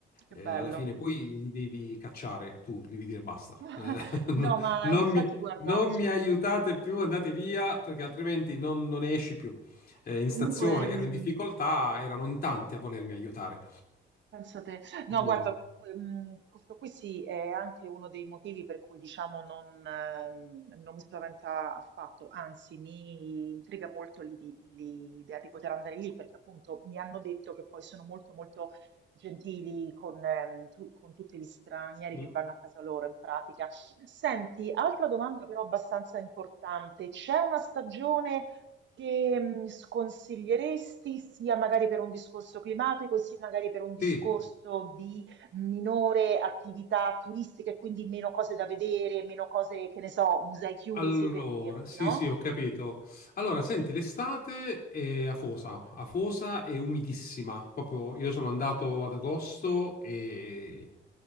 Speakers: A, on the right; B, on the left.
A: che
B: Eh,
A: bello.
B: alla fine poi
A: Mm, mm,
B: li
A: mm.
B: devi cacciare, tu li devi dire basta.
A: <laughs>
B: Eh, <laughs> no,
A: No, ma
B: non
A: infatti,
B: mi,
A: guarda,
B: non mi aiutate più, andate via, perché altrimenti non, non ne esci più. Eh, in
A: comunque.
B: stazione
A: mm,
B: ero in difficoltà, erano in tanti a volermi aiutare.
A: Penso te. No,
B: Dimmi.
A: guarda, ehm, questo qui sì è anche uno dei motivi per cui diciamo non, ehm, non mi spaventa affatto, anzi mi intriga molto l'i- l'idea di poter andare lì perché appunto mi hanno detto che poi sono molto molto gentili con, ehm, tu- con tutti gli stranieri
B: Mm,
A: che vanno a casa loro in pratica. Senti, altra domanda però abbastanza importante, c'è una stagione che, mhmm, sconsiglieresti sia magari per un discorso climatico, sia magari per un discorso
B: Sì,
A: di minore attività turistica e quindi meno cose da vedere, meno cose, che ne so, musei chiusi
B: allora,
A: per dirti,
B: sì,
A: no?
B: sì, ho capito. Allora, senti, l'estate è afosa, afosa e umidissima. Proprio io sono andato ad agosto e